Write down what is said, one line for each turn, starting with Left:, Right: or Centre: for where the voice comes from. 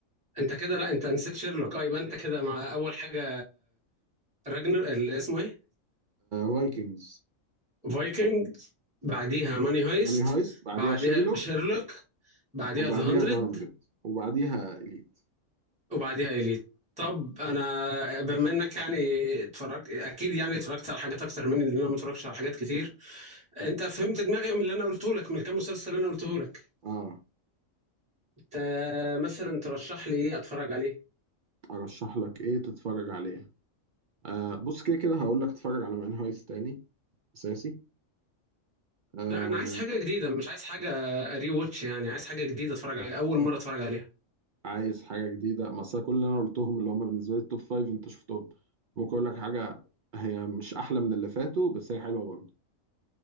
Centre: انت كده لا انت نسيت شيرلوك اه يبقى انت كده مع اول حاجه راجنر ال- اسمه ايه
Right: فايكنجز
Centre: فايكنج بعديها ماني هايست
Right: ماني هايست بعديها
Centre: بعديها
Right: شيرلوك
Centre: شيرلوك بعديها
Right: وبعديها
Centre: ذا هاندرد
Right: ذا 100 وبعديها إليت
Centre: وبعديها اليت طب انا بما انك يعني اتفرجت اكيد يعني اتفرجت على حاجات اكتر مني لان انا ما اتفرجتش على حاجات كتير انت فهمت دماغي من اللي انا قلته لك من كام مسلسل اللي انا قلته لك
Right: اه
Centre: انت مثلا ترشح لي ايه اتفرج عليه
Right: ارشح لك ايه تتفرج عليه آه بص كده كده هقول لك تتفرج على ماني هايست تاني اساسي آه
Centre: لا انا عايز حاجه جديده مش عايز حاجه ري ووتش يعني عايز حاجه جديده اتفرج عليها اول مره اتفرج عليها
Right: عايز حاجه جديده ما أصل كل اللي انا قلتهم اللي هم بالنسبه لي التوب فايف انت شفتهم ممكن اقول لك حاجه هي مش احلى من اللي فاتوا بس هي حلوه برضه